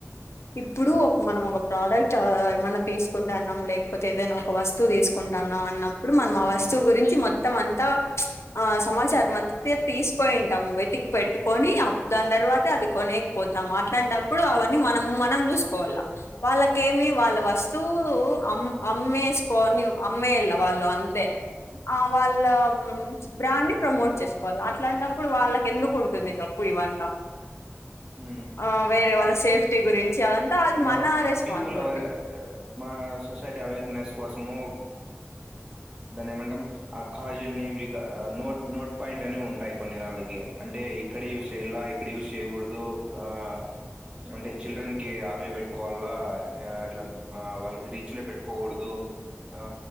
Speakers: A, on the left; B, on the right.
A: ఇప్పుడు ఒక మనం ఒక ప్రోడక్ట్ ఏమన్నా తీసుకుంటే అన్నాం లేకపోతే ఏదైనా ఒక వస్తు వస్తు తీసుకుంటాన్నాం అన్నప్పుడు మనం ఆ వస్తువు గురించి మొత్తం అంతా ఆ సమాచారం అంత తీసుకోయింటాము వెతికి పెట్టుకొని దాని తర్వాత అది కొనే పోతాం అట్లాంటప్పుడు అవన్నీ మనం మనం చూసుకోవాలా వాళ్ళకేమి వాళ్ళ వస్తువు అమ్ అమ్మేసుకొని అమ్మేళ వాళ్ళు అంతే ఆ వాళ్ళ బ్రాండ్ ని ప్రమోట్ చేసుకోవాలి అట్లాంటప్పుడు వాళ్ళకి ఎందుకు ఉంటుంది తప్పు ఇవంతా
B: ఉ
A: ఆ వేరే వాళ్ళ సేఫ్టీ గురించి అదంటే అది
B: మా
A: మన రెస్పాన్సిబిలిటీ
B: పీపుల్ అవేర్ మా సొసైటీ అవేర్నెస్ కోసము దాని ఏమంటాం ఆ కాజునివి నోట్ నోట్ పాయింట్ అని ఉంటాయి కొన్ని దన్లకి అంటే ఎక్కడ యూష్ చేయాలా ఎక్కడ యూష్ చేయకూడదు ఆ అంటే చిల్డ్రన్ కి అవే బెట్టుకోవాలా ఆ అట్లా ఆ వాళ్ళకి రీచ్ లో పెట్టుకోగూడదు ఆ